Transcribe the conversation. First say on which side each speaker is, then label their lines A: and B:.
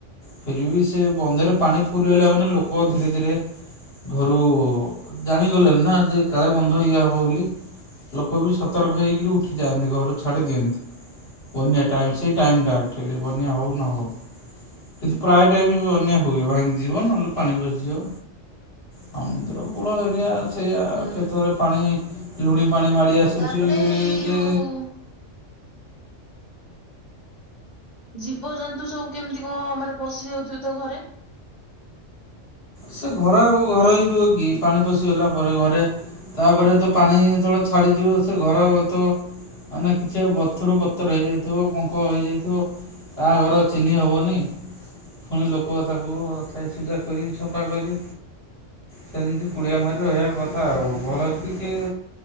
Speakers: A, on the left; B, on the left.
A: ଫିର୍ ବି, ସେ ବନ୍ଧରେ ପାଣି ଫୁଲ ହେଲା ମାନେ, ଲୋକ ଧୀରେ ଧୀରେ ଘରୁ, ଜାଣିଗଲେଣି ନା, ଯେ କାଳେ ବନ୍ଧ ଇଏ ହବ ବୋଲି। ଲୋକ ବି ସତର୍କ ହେଇକିରି ଉଠି ଯାଆନ୍ତି। ଘର ଛାଡି ଦିଅନ୍ତି। ବନ୍ୟା ଟାଇମ ସ ଟାଇମ ଟା ଆକଚୁଆଲି ବନ୍ୟା ହଉ, ନ ହଉ। କିନ୍ତୁ ପ୍ରାୟ ଟାଇମ ବନ୍ୟା ହୁଏ ଭାଙ୍ଗିଯିବ,
B: ହୁଁ
A: ନହେଲେ ପାଣି ପଶିଯିବ। ସମୁଦ୍ରକୂଳ ଏରିଆ ସେଇଆ
B: ହୁଁ।
A: କେତେବେଳେ ପାଣି ଲୁଣି ପାଣି ମାଡ଼ି ଆସିଛିି
B: ତାପରେ ଏଇ
A: କି
B: ଯୋଉ ଜୀବଜନ୍ତୁ ସବୁ କେମିତି କଣ ମାନେ ପଶି ଯାଉଥିବେ ତ ଘରେ।
A: ସେ ଘର ଆଉ ଘର ହେଇ ରୁହେ କି। ପାଣି ପଶି ଗଲା ପରେ। ଘରେ ତାପରେ ତ ପାଣି, ତେବେଳେ ଛାଡିଯିବ। ସେ ଘର ତ ମାନେ କିଛି ଆଉ ବତରୁ ବତର ହେଇଯାଇଥିବ ପଙ୍କ ହେଇଯାଇଥିବ। କାହାଘର ଚିହ୍ନି ହବନି। ପୁଣି ଲୋକ ତାକୁ ସାଇ ସୁଜା କରି ସଫା କରି ସେମିତି କୁଡ଼ିଆ ମାରି ରହିବା କଥା ଆଉ। ଭଲ ଅଛି କି